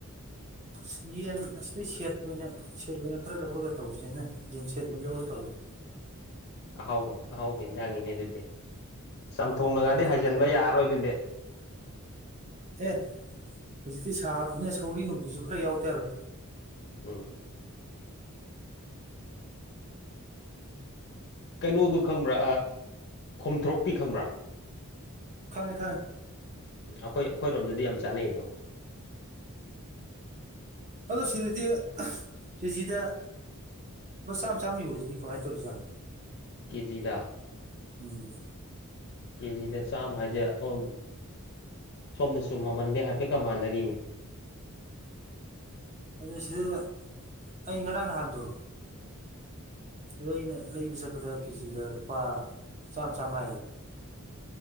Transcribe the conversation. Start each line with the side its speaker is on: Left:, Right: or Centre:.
Right: ꯁ ꯌꯦꯟ ꯑꯁꯤꯗꯩ ꯁꯦꯠ ꯑꯣꯏꯅ ꯁꯦꯠ ꯑꯣꯏꯅ ꯈꯔ ꯂꯧꯔꯒ ꯇꯧꯁꯦꯅ ꯌꯦꯟ ꯁꯦꯠ ꯑꯣꯏꯅ ꯂꯧꯔ ꯇꯧꯏꯦ
Left: ꯑꯍꯥꯎꯕ ꯑꯍꯥꯎꯕꯅ ꯍꯪꯉꯤꯅꯦ ꯑꯗꯨꯗꯤ ꯆꯝꯊꯣꯡꯅꯒꯗꯤ
Right: ꯎꯝ
Left: ꯍꯖꯤꯟꯕ ꯌꯥꯔꯔꯣꯏ ꯑꯗꯨꯗꯤ
Right: ꯑꯦ ꯍꯧꯖꯤꯛꯇꯤ ꯁꯥꯕꯅꯤꯅ ꯁꯧꯔꯤ ꯅꯨꯡꯇꯤꯁꯨ ꯈꯔ ꯌꯥꯎꯗꯔꯣꯏ
Left: ꯎꯝ ꯀꯩꯅꯣꯗꯨ ꯈꯪꯕ꯭ꯔꯥ ꯈꯣꯝꯊ꯭ꯔꯣꯛꯄꯤ ꯈꯪꯕ꯭ꯔꯥ
Right: ꯈꯪꯉꯦ ꯈꯪꯉꯦ
Left: ꯎꯝ ꯑꯩꯈꯣꯏ ꯑꯩꯈꯣꯏꯔꯣꯝꯗꯗꯤ ꯌꯥꯝ ꯆꯥꯅꯩ ꯑꯗꯣ
Right: ꯑꯗꯨꯣ ꯁꯤꯗꯗꯤ ꯀꯦꯖꯤꯗ ꯁꯥꯝ ꯆ ꯌꯥꯝ ꯌꯣꯜꯂꯤꯅꯤ ꯀꯃꯥꯏꯅꯧꯔꯤꯖꯥꯠꯣ
Left: ꯀꯦꯖꯤꯗ
Right: ꯎꯝ
Left: ꯀꯦꯖꯤꯗ ꯆꯥꯝꯃ ꯍꯥꯏꯁꯦ ꯑꯣ ꯁꯣꯝꯗꯁꯨ ꯃꯃꯟꯗꯤ ꯍꯥꯏꯐꯦꯠꯀ ꯃꯥꯟꯅꯔꯤꯅꯤ
Right: ꯑꯗꯨ ꯁꯤꯗ ꯑꯩ ꯉꯔꯥꯡ ꯅꯍꯥꯟꯗꯣ ꯑꯗꯣ ꯑꯩꯅ ꯂꯩꯕ ꯆꯠꯄꯗ ꯀꯦꯖꯤꯗ ꯂꯨꯄꯥ ꯆꯥꯝꯃ ꯆꯥꯝꯃ ꯍꯥꯏꯌꯦꯕ